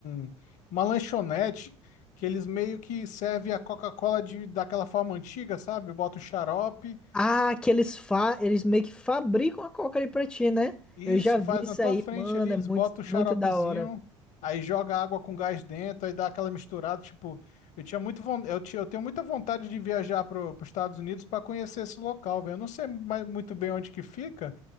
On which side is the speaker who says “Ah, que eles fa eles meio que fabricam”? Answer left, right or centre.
Centre